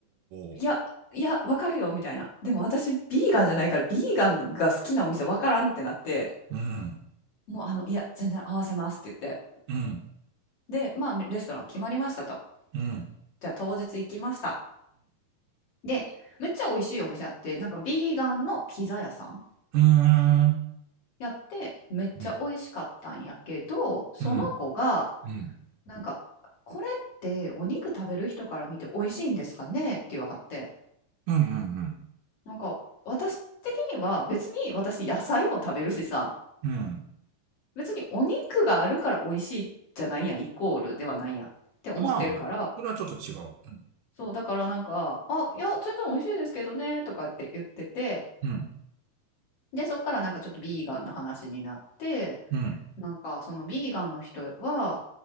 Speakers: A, on the right; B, on the left.
A: おーおー。
B: 「いやいやわかるよ」みたいなでも私ビーガンじゃないからビーガンが好きなお店わからんってなって
A: うん、
B: もうあのいや全然合わせますって言って
A: うん、うん、
B: でまあレストラン決まりましたと
A: うん、
B: じゃあ当日行きましたで、めっちゃ美味しいお店あって、なんかビーガンのピザ屋さん
A: うーん。
B: やって、めっちゃ美味しかったんやけど、
A: うん
B: その子が、
A: うん、うん、
B: なんか、これってお肉食べる人から見て美味しいんですかねって言わはって、
A: うん、うん、うん。
B: なんか、私的には別に私野菜も食べるしさ、
A: うん
B: 別にお肉があるから美味しいじゃないやん、イコールではないやんって思ってるから、
A: まあ、それはちょっと違う。
B: そう、だからなんか、あ、いや、全然美味しいですけどね、とかって言ってて、
A: うん、
B: で、そっからなんかちょっとビーガンの話になって、
A: うん、
B: なんかそのビーガンの人は